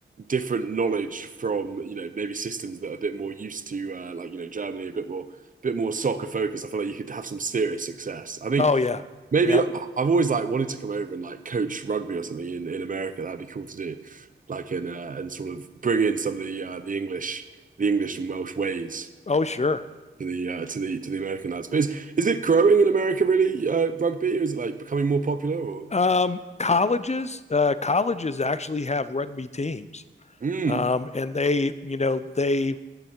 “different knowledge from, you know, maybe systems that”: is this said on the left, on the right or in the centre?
Right